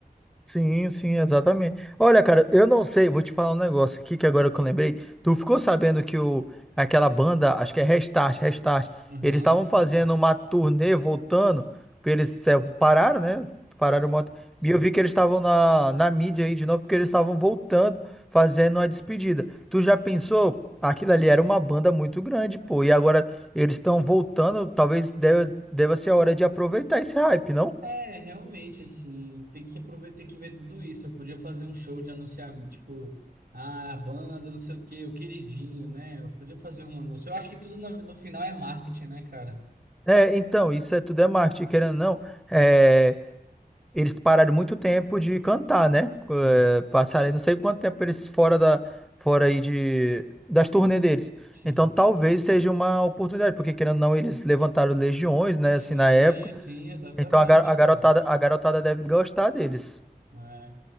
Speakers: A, in the centre; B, on the right.
A: Sim, sim, exatamente. Olha, cara, eu não sei, vou te falar um negócio aqui que agora que eu lembrei. Tu ficou sabendo que o, aquela banda, acho que é Restart, Restart,
B: Aham,
A: eles estavam fazendo uma turnê voltando, porque eles é, pararam, né?
B: Sim.
A: Pararam um monte. E eu vi que eles estavam na, na mídia aí de novo, porque eles estavam voltando, fazendo uma despedida. Tu já pensou? Aquilo ali era uma banda muito grande, pô, e agora eles estão voltando, talvez deva, deva ser a hora de aproveitar esse hype, não?
B: É, realmente, assim, tem que aproveitar, tem que ver tudo isso. Eu podia fazer um show de anunciar, tipo, ah, a banda, não sei o quê, o queridinho, né? Eu podia fazer um anúncio. Eu acho que tudo no, no final é marketing, né, cara?
A: É, então, isso é tudo é marketing, querendo ou não. É, eles pararam muito tempo de cantar, né?
B: Sim,
A: É, passaram aí não sei quanto tempo eles fora da, fora aí de, das turnê deles.
B: sim.
A: Então, talvez seja uma oportunidade, porque querendo ou não, eles levantaram legiões, né?
B: Sim,
A: Assim, na época.
B: sim, exatamente,
A: Então, a, gar- a garotada,
B: pô.
A: a garotada deve gostar deles.
B: É.